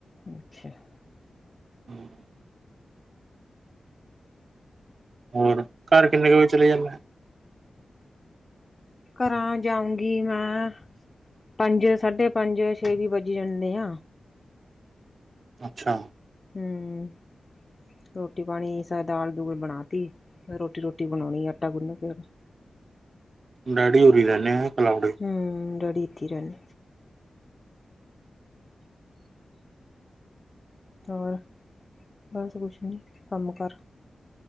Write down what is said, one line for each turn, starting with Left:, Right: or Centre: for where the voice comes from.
Left: ਅੱਛਾ। <unintelligible>
Right: ਹਮ। <unintelligible> ਹੋਰ ਘਰ ਕਿੰਨੇ ਕੁ ਵਜੇ ਚਲੇ ਜਾਂਦੇ?
Left: ਘਰ ਜਾਊਂਗੀ ਮੈਂ। ਪੰਜ ਸਾਢੇ ਪੰਜ ਛੇਵ ਵੀ ਵੱਜੀ ਜਾਂਨੇ ਆ।
Right: ਅੱਛਾ।
Left: ਹੂੰ। ਰੋਟੀ ਪਾਣੀ ਸ ਦਾਲ ਦੂਲ ਬਣਾ ਤੀ। ਰੋਟੀ- ਰੋਟੀ ਬਣਾਉਣੀ ਆਟਾ ਗੁੰਨਾ ਪੈ।
Right: ਡੈਡੀ ਉਰੀ ਰਹਿੰਨੇ ਐ ਕਲਾਉਡ
Left: ਹੂੰ। ਡੈਡੀ ਏਥੇ ਈ ਰੈਨੇ। ਹੋਰ। ਬਸ ਕੁਛ ਨੀ ਕੰਮ ਕਾਰ